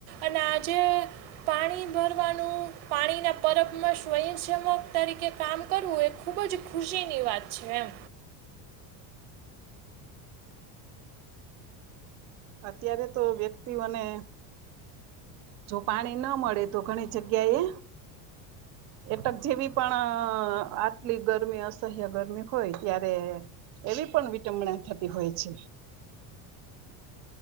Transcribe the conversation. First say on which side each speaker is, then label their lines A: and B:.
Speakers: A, on the right; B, on the right.
A: અને આજે પાણી ભરવાનું પાણીના પરબ માં સ્વયં છે. તરીકે કામ કરવું, એ ખૂબ જ ખુશીની વાત છે, એમ
B: અત્યારે, તો વ્યક્તિઓને જો પાણી, ના મળે તો ઘણી જગ્યાએ એટક જેવી પણ આટલી ગરમી અસહ્ય ગરમી હોય, ત્યારે એવી પણ વિટમણા થતી, હોય છે.